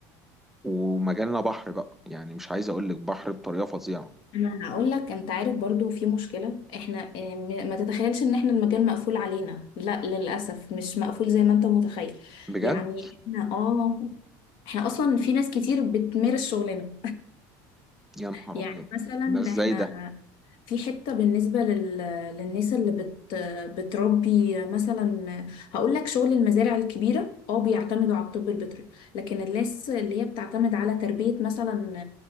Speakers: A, in the centre; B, on the left.
A: ومجالنا بحر بقى يعني مش عايز اقول لك بحر بطريقة فظيعة
B: انا هقول لك انت عارف برضو في مشكلة احنا اه، م- ما تتخيلش ان احنا المجال مقفول علينا لا للأسف مش مقفول زي ما انت متخيل
A: بجد
B: يعني احنا اه احنا اصلا في ناس كتير بتمارس شغلنا
A: يا نهار
B: يعني
A: ابيض
B: مثلا
A: ده ازاي
B: احنا
A: ده
B: في حتة بالنسبة لل... للناس اللي بت... بتربي مثلا هقول لك شغل المزارع الكبيرة اه بيعتمدوا على الطب البيطري لكن الناس اللي هي بتعتمد على تربية مثلا